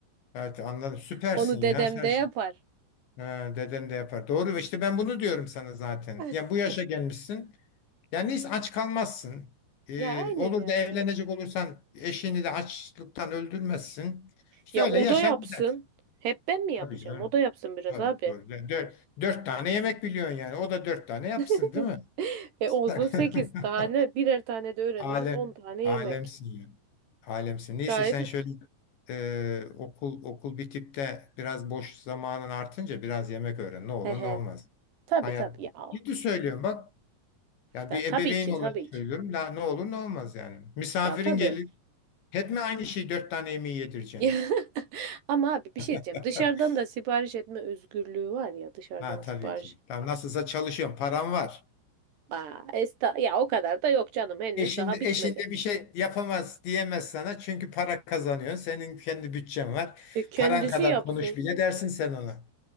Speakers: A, on the left (about 85°); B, on the right (about 70°).
A: Evet anladım. Süpersin
B: Onu
A: ya
B: dedem
A: sen.
B: de yapar.
A: Ha, deden de yapar. Doğru işte ben bunu diyorum sana zaten.
B: <laughs>
A: Yani bu yaşa gelmişsin. Yani neyse aç kalmazsın. Ee,
B: Ya aynen
A: olur
B: ya.
A: da evlenecek olursan eşini de açlıktan öldürmezsin. İşte
B: Ya
A: öyle
B: o
A: yaşar
B: da yapsın.
A: gidersin.
B: Hep ben mi
A: Tabii
B: yapacağım?
A: canım.
B: O da yapsın biraz
A: Tabii,
B: abi.
A: doğru. Yani dört, dört tane yemek biliyorsun yani. O da dört tane yapsın
B: <laughs>
A: değil mi?
B: E olsun
A: <laughs>
B: 8 tane, birer tane de öğreniriz
A: Alem,
B: 10 tane
A: alemsin
B: yemek.
A: ya. Alemsin. Neyse
B: Gayet.
A: sen şöyle e, okul okul bitip de biraz boş zamanın artınca biraz yemek öğren. Ne olur
B: He he.
A: ne olmaz.
B: Tabii
A: Hayat.
B: tabii ya.
A: Ciddi söylüyorum bak. Ya
B: Ya
A: bir
B: tabii
A: ebeveyn
B: ki
A: olarak
B: tabii ki.
A: söylüyorum. La, ne olur ne olmaz yani. Misafirin
B: Ya tabii.
A: gelir. Hep mi aynı şeyi dört tane yemeği yedireceksin?
B: <laughs> Ama abi bir şey diyeceğim.
A: <laughs>
B: Dışarıdan da sipariş etme özgürlüğü var ya dışarıdan
A: Ha tabii
B: sipariş.
A: ki. Tamam nasılsa çalışıyorum. Param var.
B: Aa, esta ya o kadar da yok canım henüz
A: Eşinde,
B: daha bitmedi.
A: eşinde bir şey yapamaz diyemez sana. Çünkü para kazanıyor. Senin kendi bütçen var.
B: E, kendisi
A: Paran kadar
B: yapsın.
A: konuş bile dersin sen ona.